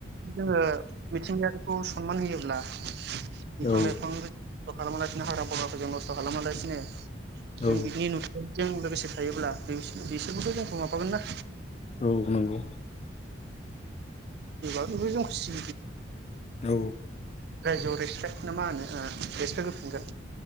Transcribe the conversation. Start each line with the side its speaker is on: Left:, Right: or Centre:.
Right: जोङो मिथिंगानि सनमान होयोब्ला बिफां
Left: औ
Right: लाइफां खालामालासिनो हाग्रा बगारखौ जों नस्थ' खालामालासिनो
Left: औ
Right: बिनि नुथाय जों लोगोसे थायोब्ला बिसोरबोथ' जोंखौ माबागोन ना
Left: औ नंगौ
Right: <unintelligible> <unintelligible> बयबो जों खुसि
Left: औ
Right: रायजोआव रेसपेक्ट ना मा होनो रेसपेक्ट होफिनगोन